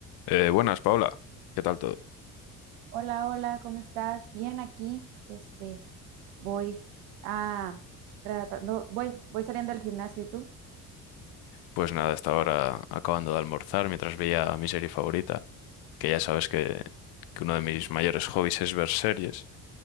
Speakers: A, on the left; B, on the right.
A: Eh, buenas, Paula. ¿Qué tal todo?
B: Hola, hola, ¿cómo estás? Bien aquí. Este, voy a tratando, voy, voy saliendo del gimnasio, ¿y tú?
A: Pues nada, estaba ahora acabando de almorzar mientras veía mi serie favorita, que ya sabes que, que uno de mis mayores hobbies es ver series,